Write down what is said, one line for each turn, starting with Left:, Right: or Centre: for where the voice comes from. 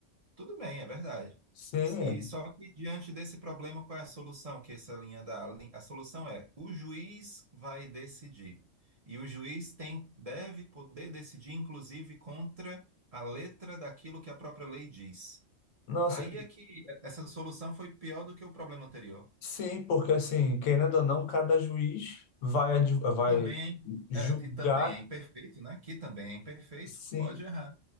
Right: Tudo bem, é verdade.
Left: Sim, é.
Right: E só que diante desse problema, qual é a solução que essa linha dá? A lin- a solução é o juiz vai decidir. E o juiz tem, deve poder decidir, inclusive, contra a letra daquilo que a própria lei diz.
Left: Nossa,
Right: Aí é que essa solução foi pior do que o problema anterior.
Left: sim, porque assim, querendo ou não, cada juiz vai, adv- vai
Right: Também é, im-
Left: julgar,
Right: é, e também é imperfeito, né? Que também é imperfeito,
Left: sim,
Right: pode errar.